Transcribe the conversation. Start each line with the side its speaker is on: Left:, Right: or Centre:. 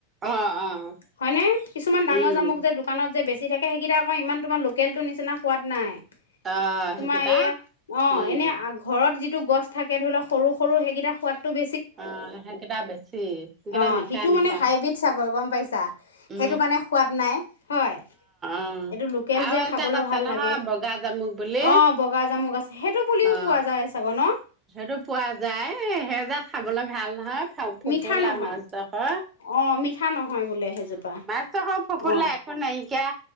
Right: অ অ
Left: হয়নে কিছুমান ডাঙৰ
Right: উম।
Left: জামুক যে দোকানত যে বেছি ি থাকে সেইকেইটা আকৌ ইমান তোমাৰ লোকেলটো নিচিনা সোৱাদ নাই
Right: অ'
Left: তোমাৰ
Right: সেইকেইটা
Left: এইয়া অ
Right: উম।
Left: এনে ঘৰত যিটো গছ থাকে ধৰি লওক সৰু সৰু সেইকেইটা সোৱাদ ব
Right: অ সেইকেইটা বেছি সেইকেইটা
Left: অ
Right: মিঠা
Left: সিটো
Right: মিঠা
Left: মানে হাইব্ৰীড চাক গ পাই চা
Right: অ
Left: সেইটো কাৰণে সোৱাদ নাই হয় এইটো
Right: অ
Left: লোকেল
Right: আৰু
Left: যে
Right: এজাত
Left: খাবলৈ
Right: আছে
Left: ভাল
Right: নহয়
Left: লাগে
Right: বগা জামুক বুলি
Left: অ', বগা জামুক আছে সেইটো পুলিও
Right: অ
Left: পোৱা যায় চাগ ন
Right: সেইটো পোৱা যায় সেই যে খাবলে ভাল নহয় <unintelligible> ফোফলা
Left: মিঠা নহয়
Right: মাছ দেখা,
Left: অ মিঠা নহয় বোলে সেইজোপা
Right: উম <unintelligible> ফোফলা
Left: অ
Right: একো নাইকিয়া